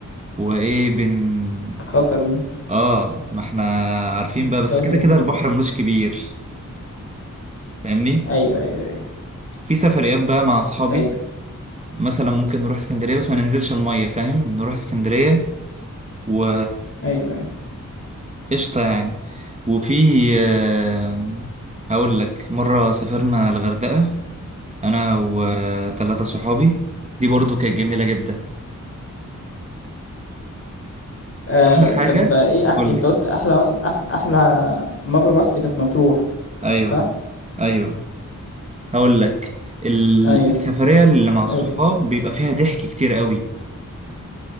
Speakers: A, on the right; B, on the left.
A: وايه بن
B: خطر دي،
A: اه ما احنا عارفين بقى
B: خطر
A: بس كده كده
B: دي،
A: البحر ملوش كبير فاهمني
B: أيوه، أيوه، أيوه،
A: في سفريات بقى مع اصحابي
B: أيوه،
A: مثلا ممكن نروح اسكندرية بس ما ننزلش المية فاهم نروح اسكندرية و
B: أيوه، أيوه.
A: قشطة يعني وفي آه، هقول لك مرة سافرنا الغردقة انا وثلاثه صحابي دي برضو كانت جميله جدا
B: آه،
A: احلى حاجه
B: طب ايه أح...
A: قول
B: انت
A: لي
B: قلت احلى واحد أح... احلى مره رحت كانت مطروح
A: ايوه
B: صح
A: ايوه هقول لك ال-
B: ايوه
A: السفريه اللي مع الصحاب
B: قول
A: بيبقى فيها ضحك كتير قوي